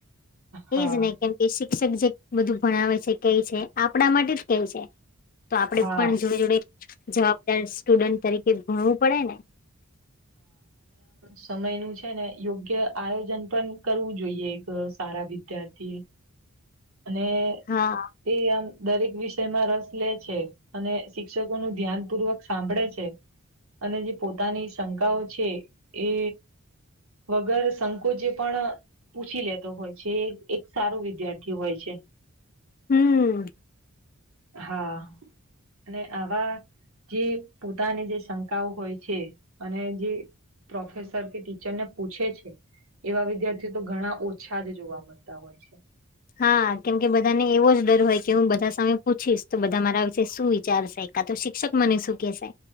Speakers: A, on the right (about 70°); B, on the left (about 40°).
A: હા
B: એજ ને કેમ કે શિક્ષક જે બધું ભણાવે છે કઈ છે આપણા માટે જ કઈ છે તો આપડે
A: હા
B: પણ જોડે જોડે જવાબદાર સ્ટુડન્ટ તરીકે ભણવું પડે ને
A: સમય નું છે ને યોગ્ય આયોજન પણ કરવું જોઈએ એક સારા વિદ્યાર્થી એ અને
B: હા
A: એ આમ દરેક વિષયમાં રસ લે છે અને શિક્ષકો નું ધ્યાનપૂર્વક સાંભળે છે અને જે પોતાની શંકાઓ છે એ વગર સંકોચે પણ પૂછી લેતો હોય છે એક સારો વિદ્યાર્થી થી હોય છે
B: હમ
A: હા અને આવા જે પોતાની જે શંકાઓ હોય છે અને જે પ્રોફેસર કે ટીચર ને પૂછે છે એવા વિદ્યાર્થીઓ તો ઘણા ઓછા જ જોવા મળતા હોય છે
B: હા કેમકે બધા ને એવો જ ડર હોય કે હું બધા સામે પૂછીશ તો બધા મારા વિશે શું વિચારશે કા તો શિક્ષક મને શું કેશે